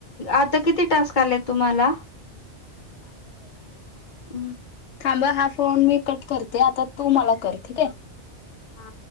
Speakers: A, on the left; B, on the left.
A: आता किती टास्क ल तुम्हाला <inaudible>
B: थांबा हा फोन मी कट करते आता तू मला कर ठीक आहे
A: हा